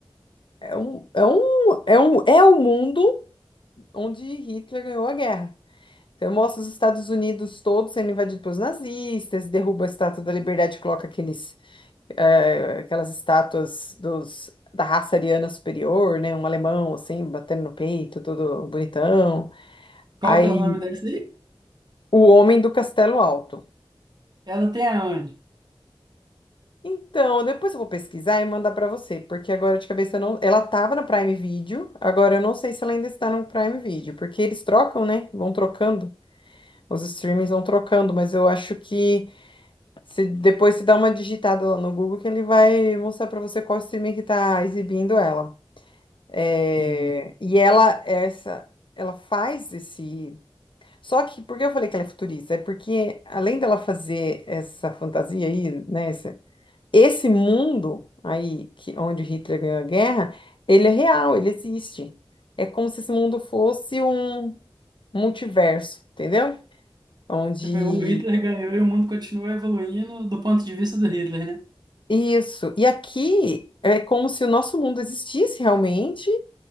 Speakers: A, on the left; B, on the right.
A: é um é um é um é o mundo onde Hitler ganhou a guerra. Então mostra os Estados Unidos todos sendo invadidos pelos nazistas, derruba a Estátua da Liberdade, coloca aqueles eh, aquelas estátuas dos da raça ariana superior, né, um alemão assim batendo no peito, todo bonitão.
B: Qual
A: Aí
B: que é o nome dessa aí?
A: O Homem do Castelo Alto.
B: Ela tem aonde?
A: Então, depois eu vou pesquisar e mandar pra você, porque agora de cabeça eu não. Ela tava no Prime Video, agora eu não sei se ela ainda está no Prime Video, porque eles trocam, né? Vão trocando. Os streamings vão trocando, mas eu acho que se depois você dá uma digitada lá no Google que ele vai mostrar pra você qual streaming que tá exibindo ela. É,
B: Tem.
A: E ela essa ela faz esse só que, por que eu falei que ela é futurista? É porque, além dela fazer essa fantasia aí, né? esse mundo aí que onde Hitler ganhou a guerra, ele é real, ele existe. É como se esse mundo fosse um multiverso, entendeu? Onde
B: Tipo, o Hitler ganhou e o mundo continua evoluindo do ponto de vista do Hitler, né?
A: isso. E aqui é como se o nosso mundo existisse realmente.